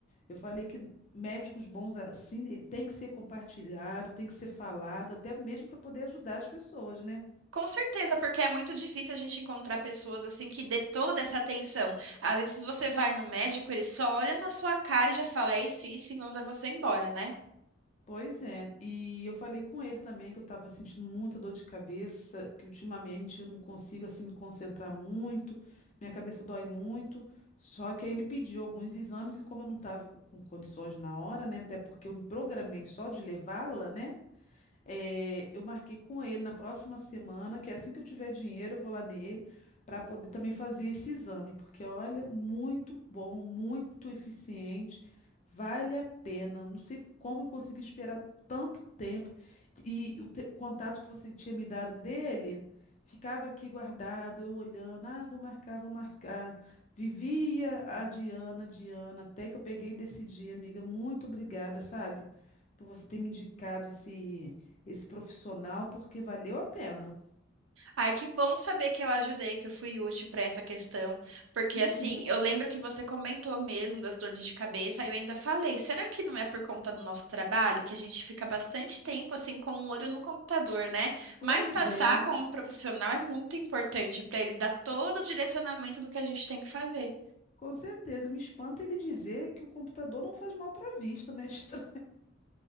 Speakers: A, on the left; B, on the right.
A: Eu falei que médicos bons assim, ele tem que ser compartilhado, tem que ser falado, até mesmo para poder ajudar as pessoas, né?
B: Com certeza, porque é muito difícil a gente encontrar pessoas assim que dê toda essa atenção. Às vezes você vai no médico, ele só olha na sua cara e já fala, é isso, isso, e manda você embora, né?
A: Pois é, e eu falei com ele também que eu estava sentindo muita dor de cabeça, que ultimamente eu não consigo assim me concentrar muito, minha cabeça dói muito. Só que aí ele pediu alguns exames e como eu não estava com condições na hora, né, até porque eu me programei só de levá-la, né? É, eu marquei com ele na próxima semana, que assim que eu tiver dinheiro, eu vou lá nele para poder também fazer esse exame, porque olha, muito bom, muito eficiente, vale a pena. Não sei como eu consegui esperar tanto tempo e o te- contato que você tinha me dado dele ficava aqui guardado, eu olhando, ah, vou marcar, vou marcar. Vivia a Diana, Diana, até que eu peguei e decidi, amiga, muito obrigada, sabe? Por você ter me indicado esse esse profissional porque valeu a pena.
B: Ai, que bom saber que eu ajudei, que eu fui útil para essa questão, porque
A: Uhum,
B: assim, eu lembro que você comentou mesmo das dores de cabeça, e eu ainda falei, será que não é por conta do nosso trabalho que a gente fica bastante tempo assim com o olho no computador, né?
A: pois
B: Mas passar
A: é.
B: com um profissional é muito importante para ele dar todo o direcionamento do que a gente tem que fazer.
A: Com certeza, me espanta ele dizer que o computador não faz mal para a vista, né? Estra-